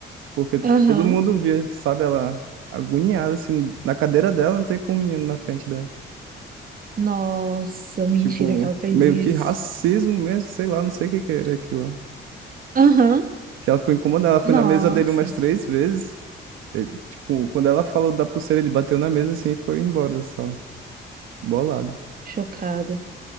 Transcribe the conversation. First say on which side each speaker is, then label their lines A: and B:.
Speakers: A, on the right; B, on the right.
A: Porque, tipo,
B: Aham.
A: todo mundo via, sabe? Ela agoniada, assim, na cadeira dela, não tem com o menino na frente dela.
B: Nossa, mentira
A: Tipo,
B: que ela fez
A: meio
B: isso.
A: que racismo mesmo, sei lá, não sei o que que era aquilo.
B: Aham.
A: Que ela ficou incomodada, ela foi
B: Nossa.
A: na mesa dele umas três vezes. Ele, tipo, quando ela falou da pulseira, ele bateu na mesa assim e foi embora da sala. Bolado.
B: Chocada.